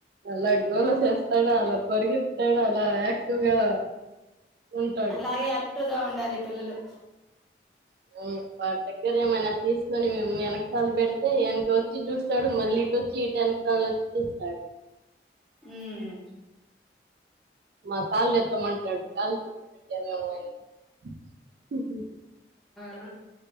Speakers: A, on the right; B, in the centre.
A: అలా గోలచేసే అలా పరిగెత్తాడు అలా యాక్టివ్ గా ఉంటాడు.
B: అలాగే యాక్టివ్ గా ఉండాలి <inaudible>
A: <inaudible> వాటి దగ్గర ఏమైనా తీసుకొని మేము వెనకాల పెడిత్ <inaudible> చ్ చూస్తాడు మళ్ళీ ఇటువచ్చి ఇటు ఎనకాల వచ్చి చూస్తాడు
B: ఉమ్
A: మాక్ కాళ్ళు ఎత్తమంట్ <unintelligible> <inaudible>
B: ఆ